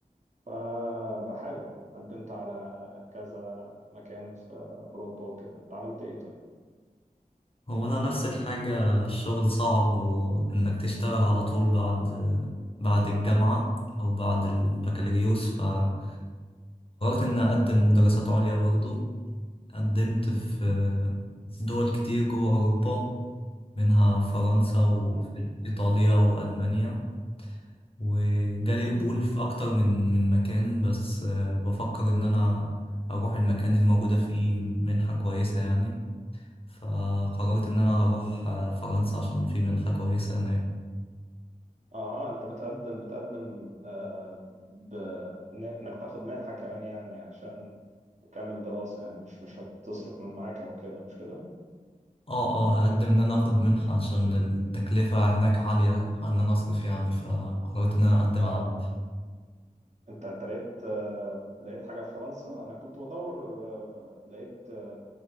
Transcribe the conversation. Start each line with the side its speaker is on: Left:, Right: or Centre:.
Right: فبحاول قدمت على كذا مكان في أوروبا وكده أنت عملت إيه طيب؟
Left: هو انا نفس الحاجة الشغل صعب وانك تشتغل على طول بعد بعد الجامعة او بعد البكالوريوس فقررت اني اقدم دراسات عليا برضه قدمت في دول كتير جوه اوروبا منها فرنسا وإيطاليا
Right: أها
Left: وألمانيا وجالي قبول في أكتر من من مكان بس آه، بفكر إن أنا أروح المكان اللي موجودة فيه منحة كويسة يعني فقررت إن أنا هروح آه، فرنسا عشان في منحة كويسة هناك
Right: أها أنت بتقدم بتقدم آه ب... إن- إنك تاخد منحة كمان يعني عشان تكمل دراسة يعني مش مش هتصرف من معاك أو كده مش كده؟
Left: اه اه هقدم إن أنا أخد منحة عشان التكلفة هناك عالية إن أنا أصرف يعني فقررت إن أنا أقدم
Right: أها
Left: على منحة
Right: انت انت لقيت آه، لقيت حاجة في فرنسا انا كنت بدور آه، لقيت آه،